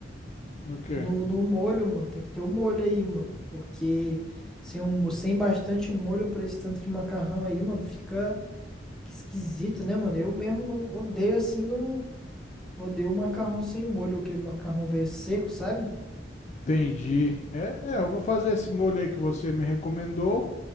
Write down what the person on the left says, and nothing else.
No quê?
Entendi. É, é, eu vou fazer esse molho aí que você me recomendou.